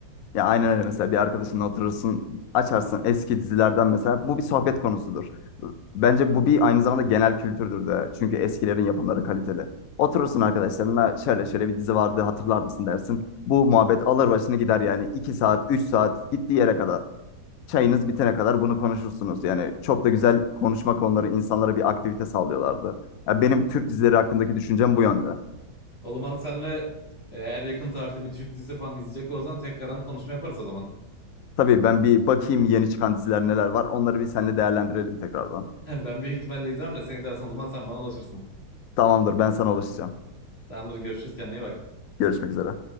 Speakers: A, on the left (about 70°); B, on the left (about 30°).
A: Ya aynen öyle mesela bir arkadaşınla oturursun, açarsın eski dizilerden mesela. Bu bir sohbet konusudur. Bence bu bir aynı zamanda genel kültürdür de. Çünkü eskilerin yapımları kaliteli. Oturursun arkadaşlarına şöyle şöyle bir dizi vardı hatırlar mısın dersin. Bu muhabbet alır başını gider yani 2 saat, 3 saat gittiği yere kadar. çayınız bitene kadar bunu konuşursunuz. Yani çok da güzel konuşma konuları insanlara bir aktivite sağlıyorlardı. Ya benim Türk dizileri hakkındaki düşüncem bu yönde.
B: O zaman senle eğer yakın tarihte bir Türk dizisi falan izleyecek olursan tekrardan konuşma yaparız o zaman.
A: Tabii ben bir bakayım yeni çıkan diziler neler var. Onları bir seninle değerlendirelim tekrardan.
B: <laughs> Ben büyük ihtimalle izlerim de sen izlersen o zaman sen bana ulaşırsın.
A: Tamamdır, ben sana ulaşacağım.
B: Tamamdır görüşürüz kendine iyi bak.
A: Görüşmek üzere.